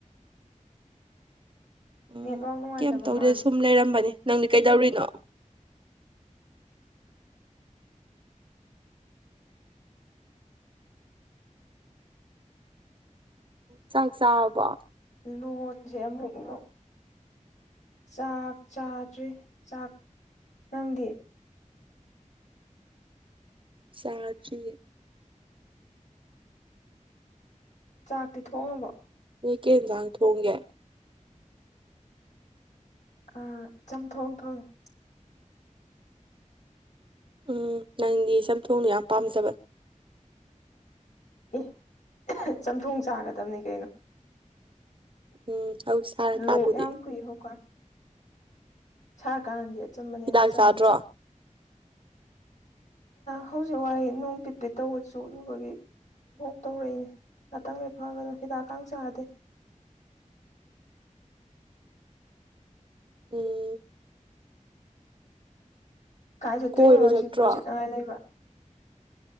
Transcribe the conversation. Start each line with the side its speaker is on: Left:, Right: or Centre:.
Right: ꯎꯝ
Left: ꯅꯦꯠꯋꯥꯛ ꯅꯨꯡꯉꯥꯏꯇꯕ
Right: ꯀꯩꯝ ꯇꯧꯗꯦ
Left: ꯃꯥꯜꯂꯦ
Right: ꯁꯨꯝ ꯂꯩꯔꯝꯕꯅꯦ ꯅꯪꯗꯤ ꯀꯩꯗꯧꯔꯤꯅꯣ ꯆꯥꯛ ꯆꯥꯔꯕꯣ
Left: ꯂꯣꯟꯁꯦ ꯑꯃꯨꯛ ꯑꯃꯨꯛ ꯆꯥꯛ ꯆꯥꯗ꯭ꯔꯤ ꯆꯥꯛ ꯅꯪꯗꯤ
Right: ꯆꯥꯗ꯭ꯔꯤ
Left: ꯆꯥꯛꯇꯤ ꯊꯣꯡꯉꯥꯕꯣ
Right: ꯅꯣꯏ ꯀꯩ ꯌꯦꯟꯖꯥꯡ ꯊꯣꯡꯒꯦ
Left: ꯑꯥ ꯆꯝꯊꯣꯡ ꯊꯣꯡꯉꯦ
Right: ꯎꯝ ꯅꯪꯗꯤ ꯆꯝꯊꯣꯡꯅ ꯌꯥꯝ ꯄꯥꯝꯖꯕ
Left: ꯑꯦ ꯆꯝꯊꯣꯡ ꯆꯥꯒꯗꯕꯅꯤ ꯀꯩꯅꯣ
Right: ꯎꯝ ꯍꯧꯖꯤꯛ ꯁꯥꯔꯀꯥꯟꯗꯗꯤ
Left: ꯂꯣꯛ ꯌꯥꯝ ꯀꯨꯏ <unintelligible> ꯁꯥꯔ ꯀꯥꯟꯗꯗꯤ ꯑꯆꯝꯕꯅ
Right: ꯍꯤꯗꯥꯛ
Left: ꯍꯦꯟꯅ ꯆꯪꯉꯦ
Right: ꯆꯥꯗ꯭ꯔꯣ
Left: ꯆꯥꯛ ꯍꯧꯖꯤꯛ ꯋꯥꯢ ꯅꯣꯡ ꯄꯤꯠ ꯄꯤꯠ ꯇꯧꯕꯗꯥ ꯆꯣꯠꯂꯨꯕꯒꯤ ꯂ‌ꯣꯛ ꯇꯧꯔꯤꯅꯦ ꯉꯥꯛꯇꯪ ꯂꯩꯔ ꯐꯒ꯭ꯔꯅꯤ ꯍꯤꯗꯥꯛꯀꯪ ꯆꯥꯗꯦ
Right: ꯎꯝ
Left: ꯀꯥꯏ ꯆꯠꯇꯣꯏꯅ‌ꯣ
Right: ꯀꯣꯏꯕ
Left: ꯉꯁꯤ
Right: ꯆꯠꯇ꯭ꯔꯣ
Left: ꯀꯣꯏ ꯆꯠꯅꯉꯥꯏ ꯂꯩꯕꯔ